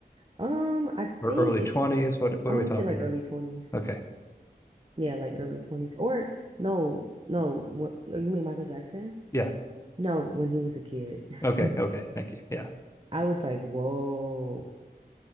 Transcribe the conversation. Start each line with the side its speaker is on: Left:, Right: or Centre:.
Right: Um, I
Left: or
Right: think
Left: early
Right: if
Left: twenties? What what
Right: I
Left: are
Right: want
Left: we talking
Right: to say like
Left: here?
Right: early 20s.
Left: Okay.
Right: Yeah, like early 20s or no, no, what, oh, you mean Michael Jackson?
Left: Yeah.
Right: No, when he was a kid.
Left: Okay.
Right: <laughs>
Left: Okay. Thank you. Yeah.
Right: I was like, "Whoa."